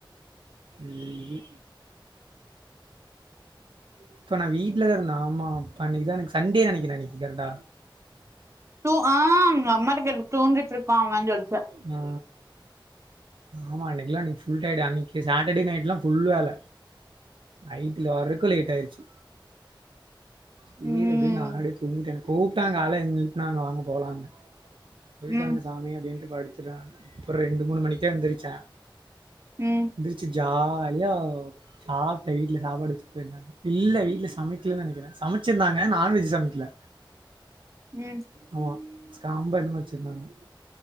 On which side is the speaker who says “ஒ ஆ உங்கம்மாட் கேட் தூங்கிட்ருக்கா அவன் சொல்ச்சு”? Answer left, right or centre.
Right